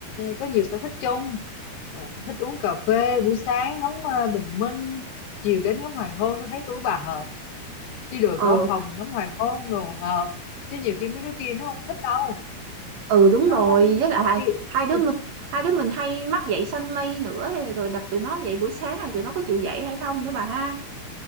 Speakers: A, on the left; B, on the right.
A: có nhiều sở thích chung Ờ, thích uống cà phê buổi sáng ngắm ờ, bình minh chiều đến ngắm hoàng hôn tôi thấy tôi với bà hợp chứ đồi
B: ừ
A: có hồng ngắm hoàng hôn đồ ngợp chứ nhiều khi mấy đứa kia nó không thích đâu
B: ừ đúng
A: nó
B: rồi
A: nó
B: với lại
A: mấy đứa kia
B: hai đứa
A: tôi-
B: mình hai đứa mình hay mắc dậy sanh mây nữa rồi đập tụi nó dậy buổi sáng rồi tụi nó có chịu dậy hay không nữa bà ha